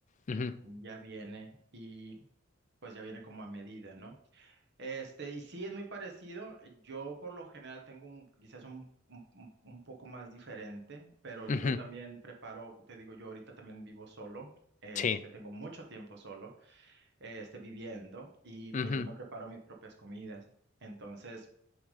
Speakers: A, on the left; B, on the right.
A: Ujú,
B: ya viene y pues ya viene como a medida, ¿no? Este, y sí es muy parecido. Yo por lo general tengo un, quizás un, un, un- un poco más diferente, pero yo
A: ujú,
B: también preparo, te digo, yo ahorita también vivo solo. Este,
A: Sí.
B: tengo mucho tiempo solo, este, viviendo y
A: ujú,
B: pues yo me preparo mis propias comidas. Entonces,